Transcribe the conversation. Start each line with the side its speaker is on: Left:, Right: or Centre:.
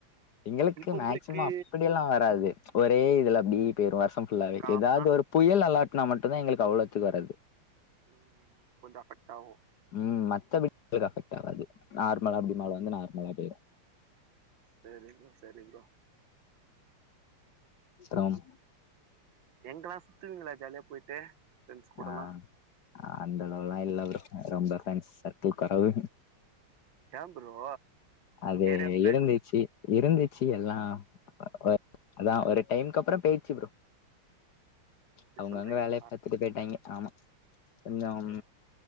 Left: எங்களுக்கு
Right: இப்ப
Left: மேக்சிமம்
Right: உங்களுக்கு
Left: அப்டியெல்லா வராது ஒரே இதுல அப்டி போய்ரு வர்ஷோ ஃபுல்லாவே
Right: காமனா
Left: எதாவ்து ஒரு புயல் அலார்ட்டனா மட்டுந்தா எங்களுக்கு அவ்ளோத்துக்கு வரது
Right: ம் கொஞ்சோ அஃபெக்ட்டாவு
Left: ம் மத்த <inaudible> அபெக்ட் ஆகாது நார்மலா
Right: ம்
Left: அப்டி மழ வந்து நார்மலா அப்டியே
Right: சேரி ப்ரோ செரி ப்ரோ
Left: த்ரம்
Right: எங்கெல்லா சுத்துவீங்களா ஜாலியா போயிட்டு ஃப்ரெண்ட்ஸ் கூடலா
Left: ஆ அந்த அளவுலா இல்ல ப்ரோ ரொம்ப ஃப்ரெண்ட்ஸ் சர்க்கிள் கொறவு
Right: ஏ ப்ரோ
Left: அது
Right: ஏரியா ஃப்ரெண்ட்ஸ்
Left: இருந்துச்சு இருந்துச்சு எல்லா அ அதா ஒரு டைம்கு அப்பறோ பேயிருச்சு ப்ரோ
Right: அப்டி
Left: அவுங்கவுங்க
Right: சொல்றீங்களா
Left: வேலய
Right: ஆ
Left: பாத்துட்டு போயிட்டாய்ங்க ஆமா கொஞ்சம்